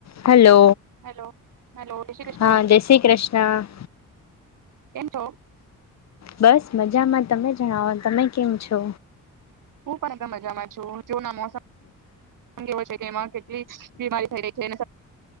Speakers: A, on the left; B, on the right.
A: Hello
B: hello hello Shri Krishna
A: હા જય શ્રી કૃષ્ણ
B: કેમ છો?
A: બસ મજામાં તમે જણાવો તમે કેમ છો.
B: હું પણ એ મજામાં છું. જૂના મોસમ કેવો છે કે એમાં બીમારી થઈ રહી છે,